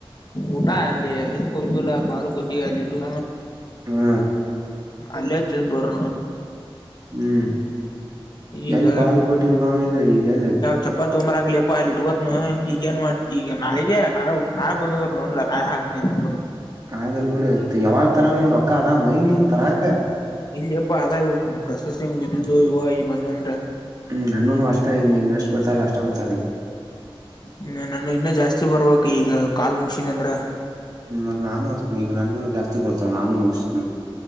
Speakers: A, on the left; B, on the right.
A: ಊಟ ಅಲ್ಲಿ ಇದು ಕೊಬ್ಬಿಲ್ಲ ಬಾಲುಗೊಡ್ಡಿ ಅಲ್ಲಿಟ್ಟು
B: ಹ್ಮ
A: ಅಲ್ಲ ಬರ
B: ಹ್ಮ್
A: ಈಗ
B: ಎಲ್ಲಿ ಬಾಳ್ಕೋಟಿ ಹಗ ಇದು ಈಗಗೆಲ್ಲ
A: ಚಪ್ಪಲ್ ತ ಮಮ್ಮ ಆಗ್ಲಿ ಅಪ್ಪ ಅಲ್ಲಿ ಇಟ್ಕೋತ್ನು ಈಗ ಏನ್ ಮಾಡ್ತಿ ಈಗ ನಾಳ ನಾೇ ನಾಳ ಬಂದ್ರು ನೋಡ್ಲ ನಾೆ ಹಾ ಬಂದ
B: ಕದಾರ ಬಿಡ ಯಾವಾಗ ತರ ನೀ ರೊಕ್ಕ ಅದಾವ್ ನನ್ ತರಾಕ
A: ಇಲ್ಲಿ ಯಪ್ಪಾ ಅದ ಪ್ರೊಸೆಸಿಂಗ್ ಇದಿದುದುು ಇವ ಈ ಬಂದ ಅಂದ್ರೆ
B: ಹ್ಮ್ ನನ್ನೂ ಅಷ್ಟ ಈಗ ನೀನ್ವೆ ಎಸ್ಟ್ ಬರ್ತಲ್ಲ ಅಷ್ಟ ಬರ್ತಾ
A: ಹ್ಮ ನಾನು ಇನ್ನ ಜಾಸ್ತಿ ಬರ್ಬೇಕಕ್ ಈಗ ಕಾಲ್ ಮುಶನ್ ಅಂದ್ರ
B: ಹ್ಮ್ ಮತ್ತ ನಾನು ಅಸ್ತನಿ ಈಗ ನಾನು ಜಾಸ್ತಿ ಬರ್ತ ನಾನು ಮುಗಿಸತನಿ